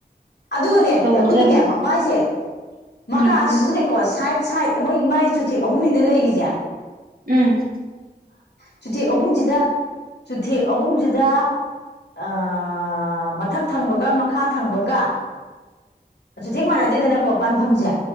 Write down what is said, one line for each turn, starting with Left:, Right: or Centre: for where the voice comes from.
Left: ꯑꯗꯨꯒꯅꯦ ꯑꯩꯈꯣꯏꯒꯤꯅꯦ
Right: ꯇꯧꯕꯖꯥꯠꯅꯤ
Left: ꯃꯥꯏꯁꯦ ꯃꯀꯥꯖꯤꯖꯨꯅꯦ
Right: ꯎꯝ
Left: ꯀꯣ ꯁꯥꯏꯠ ꯁꯥꯏꯠ ꯃꯣꯏꯒꯤ ꯃꯥꯏ ꯆꯨꯊꯦꯛ ꯑꯍꯨꯝꯅꯤꯅ ꯂꯩꯔꯤꯖꯦ
Right: ꯎꯝ
Left: ꯆꯨꯊꯦꯛ ꯑꯍꯨꯝꯖꯤꯗ ꯆꯨꯊꯦꯛ ꯑꯍꯨꯝꯖꯤꯗ ꯑꯑ ꯃꯊꯛ ꯊꯪꯕꯒ ꯃꯈꯥ ꯊꯪꯕꯒ ꯆꯦꯛ ꯃꯥꯟꯅꯗꯦꯗꯅꯀꯣ ꯄꯥꯟꯕꯝꯁꯦ